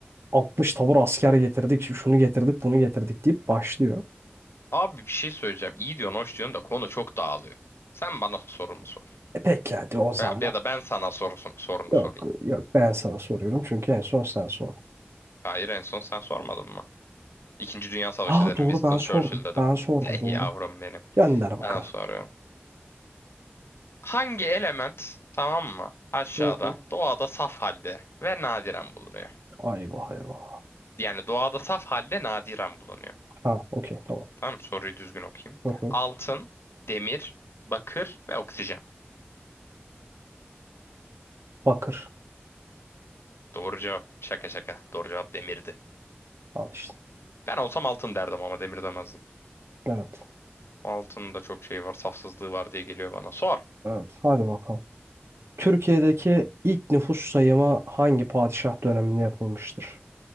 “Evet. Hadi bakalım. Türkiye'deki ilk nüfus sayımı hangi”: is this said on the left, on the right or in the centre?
Right